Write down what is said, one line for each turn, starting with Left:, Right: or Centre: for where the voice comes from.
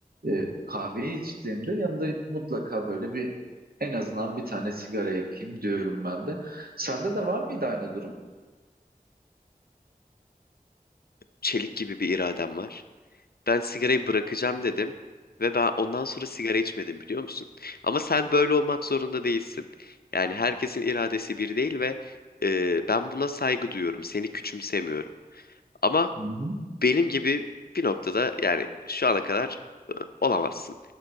Right: e, kahveyi içtiğimde yanında mutlaka böyle bir en azından bir tane sigara yakayım diyorum ben de. Sende de var mıydı aynı durum?
Left: Çelik gibi bir iradem var. Ben sigarayı bırakacağım dedim ve ben ondan sonra sigara içmedim biliyor musun? Ama sen böyle olmak zorunda değilsin. Yani herkesin iradesi bir değil ve e, ben buna saygı duyuyorum. Seni küçümsemiyorum. Ama
Right: Hı hı,
Left: benim gibi bir noktada yani şu ana kadar ı, olamazsın.